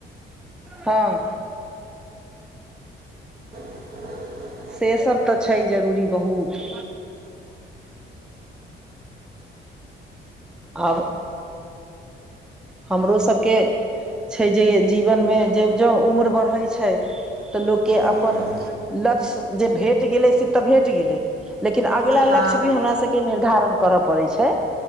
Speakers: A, in the centre; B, on the right (about 50°).
A: हँ
B: <inaudible>
A: से सब तऽ छै जरूरी बहुत आब हमरो सबके छै जे जीवनमे जँ ज्यँ उम्र बढ़ै छै तऽ लोकके
B: हम्म,
A: अपन लक्ष्य जे भेट गेलै से तऽ भेट गेलै लेकिन अगिला
B: हँ
A: लक्ष्य भी हमरा सभके निर्धारण करय पड़ै छै